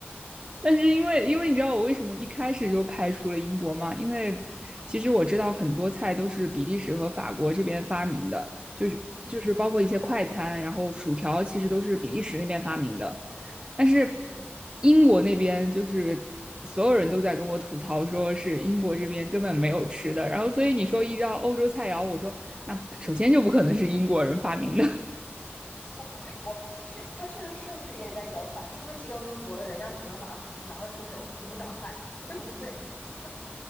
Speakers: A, on the right; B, on the left.
A: 但是因为因为你知道我为什么一开始就排除了英国吗？因为其实我知道很多菜都是比利时和法国这边发明的，就是就是包括一些快餐，
B: 嗯
A: 然后薯条其实都是比利时那边发明的。但是
B: 嗯，
A: 英国那边就是所有人都在跟我吐槽，说是英国这边根本没有吃的。然后所以你说依照欧洲菜肴，我说那首先就不可能是英国人发明的。<laughs>
B: 我我没我，他是他确实是不是人家一道菜？是不是提到英国，人家只能拿出拿得出手油炸菜，对不对？<laughs>